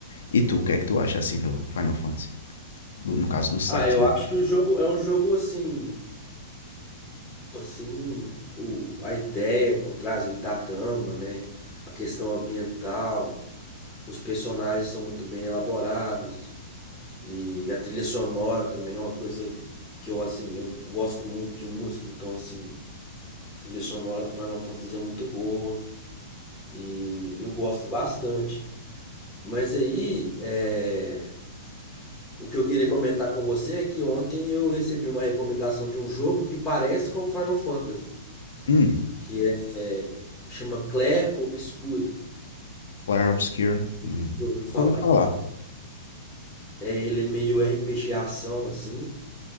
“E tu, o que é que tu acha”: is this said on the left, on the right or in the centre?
Left